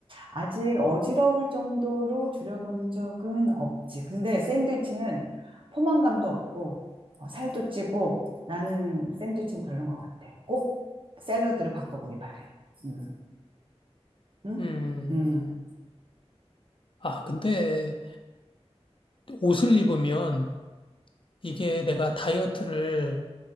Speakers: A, on the right; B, on the left.
A: 아직 어지러울 정도로 줄여본 적은 없지. 근데 샌드위치는 포만감도 없고 어, 살도 찌고 나는 샌드위치는 별론 것 같아. 꼭 샐러드로 바꿔보기 바래. 음, 응?
B: 음,
A: 음,
B: 아, 근데 옷을 입으면 이게 내가 다이어트를